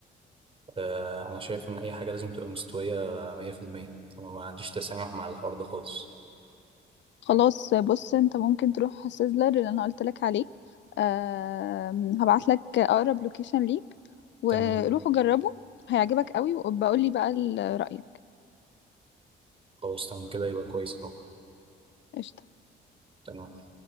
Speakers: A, on the right; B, on the left.
A: آه، أنا شايف إن أي حاجة لازم تبقى مستوية 100% أنا ما عنديش تسامح مع الحوار ده خالص
B: خلاص بص انت ممكن تروح سيزلر اللي انا قلت لك عليه أه هبعت لك اقرب لوكيشن ليك وروح
A: تمام
B: جربه هيعجبك قوي وبقول لي بقى ال- رأيك
A: خلاص تمام كده يبقى كويس أهو
B: قشطة
A: تمام